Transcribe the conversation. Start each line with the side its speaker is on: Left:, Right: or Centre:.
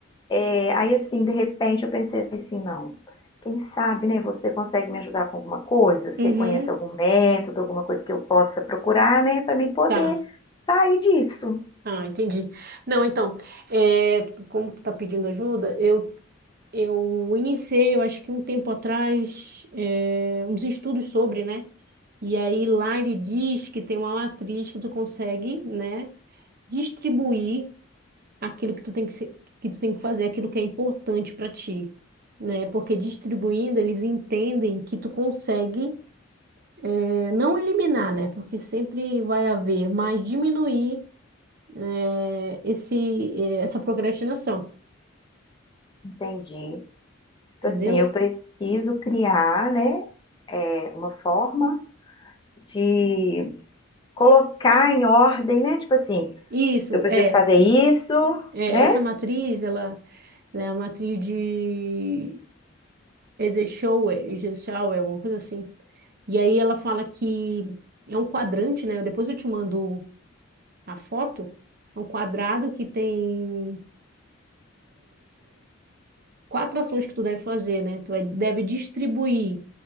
Left: é, aí assim, de repente eu pensei assim, não. Quem sabe, né? Você consegue me ajudar com alguma coisa? Você
Right: Uhum,
Left: conhece algum método, alguma coisa que eu possa procurar, né? Pra mim poder
Right: tá.
Left: sair disso.
Right: Ah, entendi. Não, então, é como tu tá pedindo ajuda, eu, eu iniciei, eu acho que um tempo atrás, eh, uns estudos sobre, né? E aí lá ele diz que tem uma matriz que tu consegue, né, distribuir aquilo que tu tem que ser, que tu tem que fazer, aquilo que é importante para ti, né? Porque distribuindo eles entendem que tu consegue eh, não eliminar, né? Porque sempre vai haver, mas diminuir eh, esse eh, essa procrastinação,
Left: Entendi. Tipo
Right: entendeu?
Left: assim, eu preciso criar, né, é, uma forma de colocar em ordem, né? Tipo assim,
Right: Isso
Left: eu preciso
Right: é,
Left: fazer isso,
Right: é
Left: né?
Right: essa matriz, ela, ela é a matriz de Eisenhower, Eisenhower, uma coisa assim. E aí ela fala que é um quadrante, né? Depois eu te mando a foto. É um quadrado que tem quatro ações que tu deve fazer, né? Tu vai- deve distribuir